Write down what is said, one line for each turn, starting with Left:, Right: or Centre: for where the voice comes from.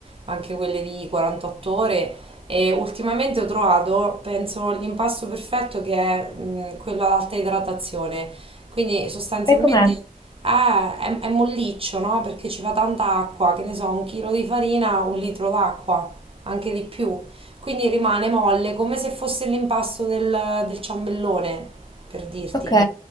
Right: anche quelle di 48 ore. E ultimamente ho trovato, penso, l'impasto perfetto che è mh, quello ad alta idratazione. Quindi sostanzialmente
Left: E com'è?
Right: eh, è, è molliccio, no? Perché ci va tanta acqua, che ne so, un chilo di farina, un litro d'acqua, anche di più. Quindi rimane molle come se fosse l'impasto del, del ciambellone, per dirti.
Left: Ok.